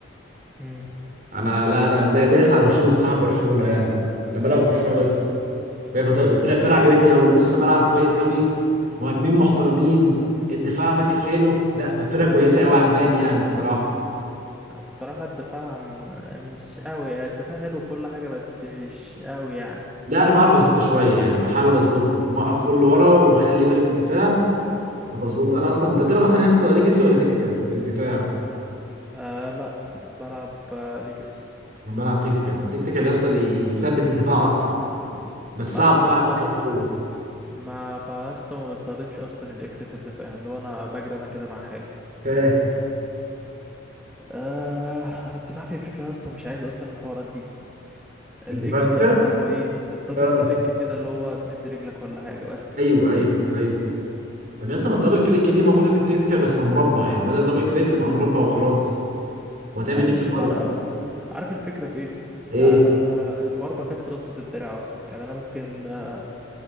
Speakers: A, in the centre; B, on the right (about 45°).
A: كده
B: انا لا انا دا- دايس على وشهم الصراحه برشلونه يعني انا بلعب برشلونه بس بقى فط- الفرقه الفرقه عجبتني قوي نص ملعب كويس قوي مهاجمين محترمين الدفاع ماسك حلو لا فالفرقه كويسه قوي عجباني يعني الصراحه
A: بصراحة الدفاع عم- مش قوي الدفاع حلو كل حاجة بس مش قوي يعني
B: لا انا بعرف اظبطه شويه يعني بحاول اظبطه موقف كله ورا وبخلي بالي في الدفاع فبظبطه انا اصلا انت بتلعب اصلا يا اسطى ليجاسي ولا تكتيكال في الدفاع
A: آه لا بلعب آه ليجاسي
B: انا بلعب تكتيكال فالتكتيكال يا اسطى بيثبت الدفاع اكتر بس صعب
A: انا اللي
B: تعرف
A: هو اصلا
B: في
A: ما
B: الاول
A: ما بسطا ما بستخدمش اصلا الاكس في الدفاع اللي هو انا بجري انا كده مع حالي
B: فاهم
A: آه أصل الدفاع في فيفا يا اسطى مش عايز اصلا الحوارات دي الاكس
B: الدفاع في السهل
A: دي اخرها اللي هو ايه الدبل
B: اه
A: كليك كده اللي هو تمد رجلك ولا حاجة بس
B: ايوه ايوه ايوه طب يا اسطى ما الدبل كليك دي موجوده في التكتيكال بس مربع يعني بدل دبل كليك تبقى مربع وخلاص وهتعمل
A: ما
B: نفس
A: مش
B: الغرض
A: فارقة بقى عارف الفكرة في ايه
B: ايه
A: انا الحوار بكسر اظبط الدراع اصلا يعني انا ممكن آه،